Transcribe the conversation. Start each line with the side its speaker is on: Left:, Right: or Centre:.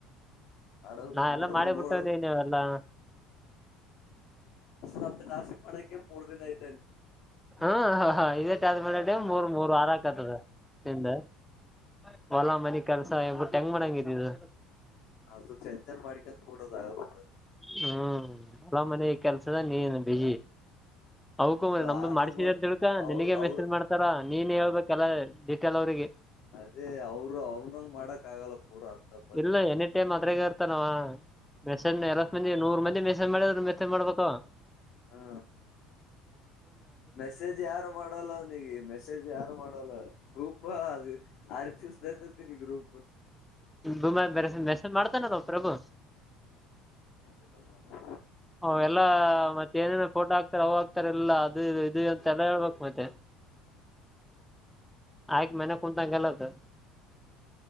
Left: ಮಾಡೋ
Centre: ನಾವೆಲ್ಲಾ
Left: ನೋಡ
Centre: ಮಾಡೇ
Left: ನೋಡು
Centre: ಬಿಟ್ಟಿವಿ ದೀ ನೀವೆಲ್ಲಾ.
Left: ಮತ್ತ ಟಾಸ್ಕ್ ಮಡಕ್ಕೆ ಮೂರ್ ದಿನ ಆಯತು
Centre: ಹಾ ಹ ಹಾ ಇದೇ ಟಾಸ್ಕ್ ಮಾಡದೇ ಮೂರ್ ಮೂರು ವಾರ ಆಗ್ <unintelligible> <unintelligible> ಸ ಬುಟ್ಟು ಹೆಂಗ್ ಮಾಡಂಗಿದಿದು.
Left: ಅದು ಟೆನ್ಶನ್ ಮಾಡ್ಕ್ಯಂತ್ ಕೂಡದ ಆಗಲದು ಬಿಡು
Centre: ಹ್ಮ್ ಹೊಲ ಮನೆ ಕೆಲ್ಸದ ನೀನ್ ಏನ್ ಬಿಜಿ ಅವುಕುವೆ
Left: ಅದು
Centre: ನಮ್ದುನ್
Left: ಆ
Centre: ಮಾಡಿಸಿದ
Left: ನಮ್ಮ
Centre: ಅಂತ್ ತಿಳ್ಕಾ
Left: ಅವ
Centre: ನಿನಗೆ
Left: ಅವ್ರ
Centre: ಮೆಸೇಜ್ ಮಾಡ್ತಾರ ನೀನ್ ಹೇಳ್ಬೇಕು. ಕೆಲ ಡೀಟೇಲ್ ಅವ್ರರಿಗೆ.
Left: ಅದೇ ಅವರು ಅವ್ನಗ್ ಮಾಡಕ್ ಆಗಲ್ಲ ಪೂರ ಅಂತ ಪರಿ
Centre: ಇಲ್ಲ ಎನಿ ಟೈಮ್ ಅದ್ರಾಗ ಇರ್ತಾನವ. ಮೆಸೇಜ್ ಅರವತ್ ಮಂದಿ ನೂರ್ ಮಂದಿ ಮೆಸೇಜ್ ಮಾಡಿದ್ರ ಮೆಸೇಜ್ ಮಾಡ್ಬೇಕ ಅವ
Left: ಹಾ ಮೆಸೇಜ್ ಯಾರು ಮಾಡಲ್ಲ ಅವ್ನಿಗೆ ಮೆಸೇಜ್ ಯಾರು ಮಾಡಲ್ಲ ಗ್ರೂಪ್ ಅದ ಆಡ್ <unintelligible> ಗ್ರೂಪ್
Centre: <unintelligible> ಮೆಸೇಜ್ ಮಾಡ್ತಾನಲ್ಲ ಅವ ಪ್ರಭು
Left: ನೋಡಿಲ್ಲಪ್ಪ
Centre: ಅವ ಎಲ್ಲಾ ಮತ್ತೆ ಏನೇನೋ ಫೋಟೋ ಅಕ್ ಅವಾಗ್ತಾರೆಲ್ಲ ಅದು ಇದು ಇದು ಅಂತೆಲ್ಲ ಹೇಳ್ಬೇಕು ಮತ್ತೆ. ಆಯ್ಕ್ ಮನೆಯಾಗ್ ಕುಂತಂಗಲ್ಲದು